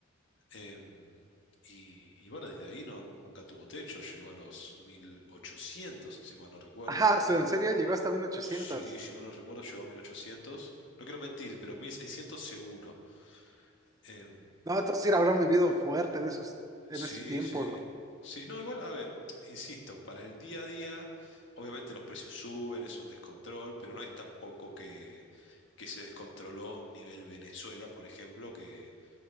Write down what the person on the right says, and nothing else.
Ajá, su- en serio llegó hasta 1800.
No, entonces sí la habrán vivido fuerte en esos, en
esos tiempos,
¿no?